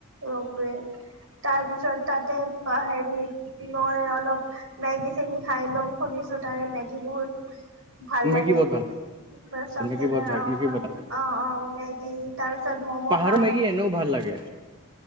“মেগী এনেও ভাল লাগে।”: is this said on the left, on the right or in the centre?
Right